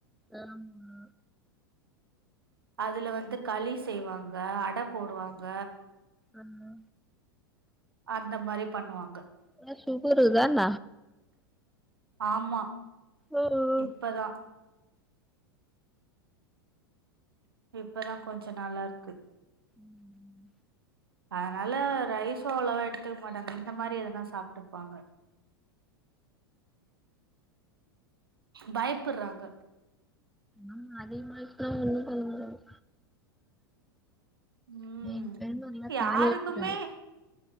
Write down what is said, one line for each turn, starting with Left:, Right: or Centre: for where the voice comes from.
Centre: ஆமா
Right: அதுல வந்து களி செய்வாங்க அட போடுவாங்க
Centre: ஆமா
Right: அந்த மாரி பண்ணுவாங்க
Centre: ஒனக்கு சுகரு தான
Right: ஆமா
Centre: ம்
Right: இப்பதா இப்பதா கொஞ் நல்லாருக்கு
Centre: ம் ம்
Right: அதனால ரைஸு அவ்ளவா எடுத்துக்க மாட்டாங்க இந்த மாரி எதனா சாப்ட்டுப்பாங்க பயப்புட்றாங்க
Centre: ஆமா அதிகமாய்ருச்சுனா ஒன்னு பண்ண முடியாது
Right: ம்
Centre: எங்க பெரிமாக்குலா
Right: யாருக்குமே
Centre: தாலி வச்சுட்டாங்க